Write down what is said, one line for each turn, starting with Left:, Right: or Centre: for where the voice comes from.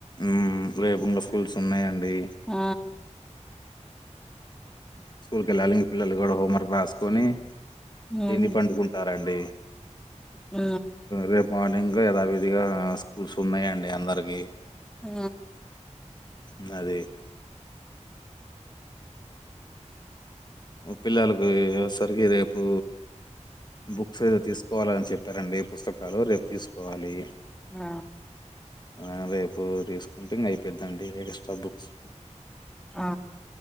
Left: ఉమ్ లేేకుండ స్కూల్స్ ఉన్నాయండి
Centre: ఆ
Left: స్కూల్ క వెళ్ళాలి ఇంగ్ పిల్లలు గుడా హోంవర్క్ రాసుకొని
Centre: ఆ
Left: దీన్ని పండుకుంటారండి
Centre: ఆ
Left: రేపు మార్నింగ్ యధావిధిగా స్కూల్స్ ఉన్నాయ అండి అందరికి
Centre: ఆ
Left: నది ఆ పిల్లలుకి ఒసరికి రేపు బుక్స్ ఏదో తీసుకోవాల అని చెప్పారండి పుస్తకం కాలో రేపు తీసుకోవాలి
Centre: ఆ
Left: అ రేపు తీసుకుంటే ఇంగ అయిపో పెద్దండి ఎక్స్ట్రా బుక్స్
Centre: ఆ